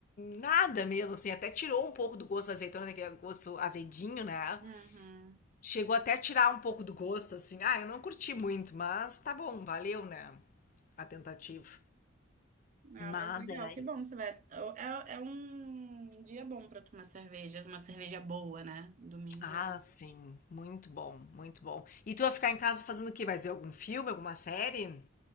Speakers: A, on the left; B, on the right.
A: nada mesmo, assim. Até tirou um pouco do gosto da azeitona, né, que é gosto azedinho, né?
B: Uhum.
A: Chegou até a tirar um pouco do gosto, assim. Ah, eu não curti muito, mas tá bom, valeu, né? A tentativa.
B: Ah,
A: Mas
B: mas legal,
A: era
B: que bom que você vai. É, é é um dia bom pra tomar cerveja, uma cerveja boa, né? Domingo.
A: Ah, sim. Muito bom, muito bom. E tu vai ficar em casa fazendo o quê? Vai ver algum filme, alguma série?